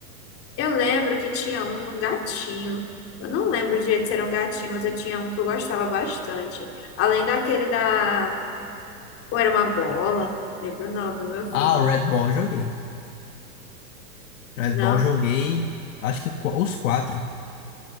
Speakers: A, on the left; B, on the left.
A: Eu lembro que tinha um de um gatinho. Eu não lembro direito se era um gatinho, mas eu tinha um que eu gostava bastante. Além daquele da. Ou era uma bola? Lembro não, viu, meu filho?
B: Ah, o Red Ball eu joguei. Red
A: Não.
B: Ball eu joguei, acho que qu- os quatro.